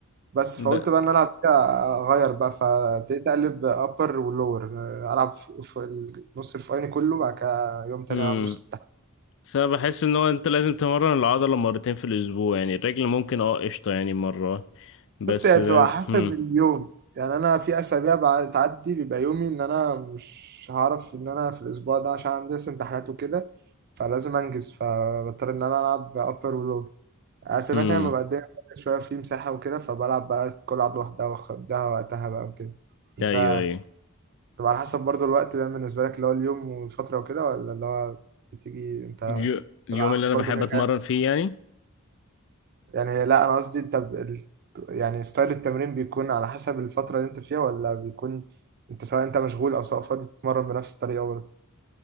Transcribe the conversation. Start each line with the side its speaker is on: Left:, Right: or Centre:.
Right: بس
Left: ب...
Right: فقلت بقى إن أنا فيها أغير بقى فابتديت أقلب أبر ولور ألعب في في ال- نص الفوقاني كله بعد كده يوم تاني
Left: مم.
Right: ألعب نص التحت
Left: بس انا بحس ان هو انت لازم تمرن العضلة مرتين في الاسبوع يعني الرجل ممكن اه قشطة يعني مرة بس
Right: بص هي
Left: ده
Right: بتبقى حسب
Left: هم
Right: اليوم يعني انا في اسابيع بعد- بتعدي بيبقى يومي ان انا مش هعرف ان انا في الاسبوع ده عشان عندي لسه امتحانات وكده فلازم انجز فبضطر ان انا العب ابر ولو اسابيع
Left: هم
Right: تانية ببقى الدنيا فاضية شويه في مساحه وكده فبلعب بقى كل لعبه لوحدها واخدها وقتها بقى وكده انت
Left: ايوه ايوه
Right: بتبقى على حسب برضو الوقت بقى بالنسبه لك اللي هو اليوم والفتره وكده ولا اللي هو بتيجي انت
Left: اليو- اليوم اللي انا
Right: برضو
Left: بحب
Right: كده
Left: اتمرن
Right: كده
Left: فيه يعني
Right: يعني لا انا قصدي انت ب... ال- يعني ستايل التمرين بيكون على حسب الفترة اللي انت فيها ولا بيكون انت سواء انت مشغول او سواء فاضي بتتمرن بنفس الطريقة برضه